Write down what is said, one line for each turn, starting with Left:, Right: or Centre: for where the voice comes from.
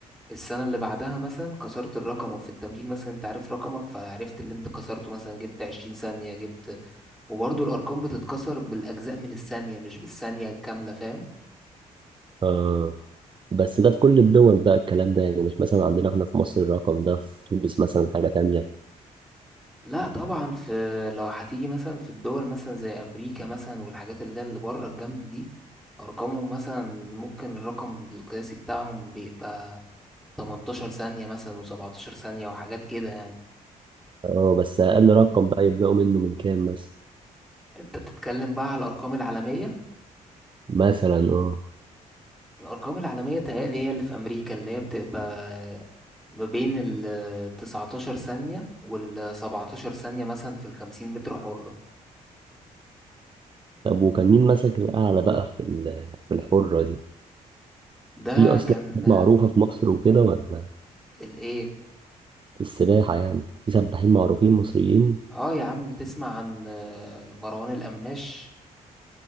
Centre: السنة اللي بعدها مثلا كسرت الرقم أو في التمرين مثلا أنت عارف رقمك فعرفت اللي أنت كسرته مثلا جبت 20 ثانية جبت وبرضه الأرقام بتتكسر بالأجزاء من الثانية مش بالثانية الكاملة فاهم؟
Right: آه. بس ده في كل الدول بقى الكلام ده يعني مش مثلا عندنا احنا في مصر الرقم ده في تونس مثلا حاجة تانية
Centre: لا طبعا في لو هتيجي مثلا في الدول مثلا زي أمريكا مثلا والحاجات اللي هي اللي بره الجامدة دي أرقامهم مثلا ممكن الرقم القياسي بتاعهم بيبقى 18 ثانية مثلا و17 ثانية وحاجات كده يعني
Right: اه بس أقل رقم بقى يبدأوا منه من كام مثلا
Centre: انت بتتكلم بقى على الأرقام العالمية
Right: مثلا اه
Centre: الأرقام العالمية تهيألي هي اللي في أمريكا اللي هي بتبقى ما بين ال 19 ثانية وال 17 ثانية مثلا في ال 50 متر حرة
Right: طب وكان مين ماسك الأعلى بقى في ال- في الحرة دي
Centre: ده
Right: في أصلا
Centre: كان
Right: ناس معروفة في مصر وكده ولا
Centre: الإيه
Right: في السباحة يعني في سباحين معروفين مصريين
Centre: اه يا عم تسمع عن آه، مروان القماش